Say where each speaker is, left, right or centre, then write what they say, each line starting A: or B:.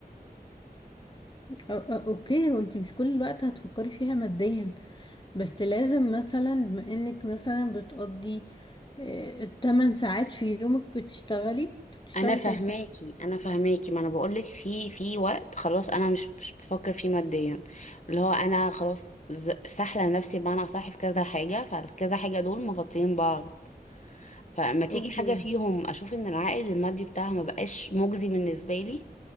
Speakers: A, on the left; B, on the left.
A: أو- أو- اوكي وانتي مش كل الوقت هتفكري فيها ماديا بس لازم مثلا بما انك مثلا بتقضي آه، التمن ساعات في يومك بتشتغلي انت بتشتغلي
B: انا فهماكي
A: كام ساعة
B: انا فهماكي ما انا بقولك في في وقت خلاص انا مش مش بفكر فيه ماديا اللي هو انا خلاص ز- سحله نفسي بمعنى صح في كذا حاجه فكذا حاجه دول مغطيين بعض فما تيجي
A: اوكي
B: حاجه فيهم اشوف ان العائد المادي بتاعها ما بقاش مجزي بالنسبه لي